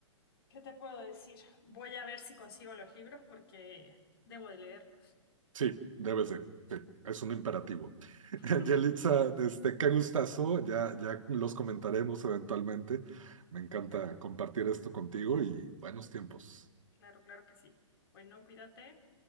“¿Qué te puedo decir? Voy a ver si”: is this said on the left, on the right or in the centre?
Left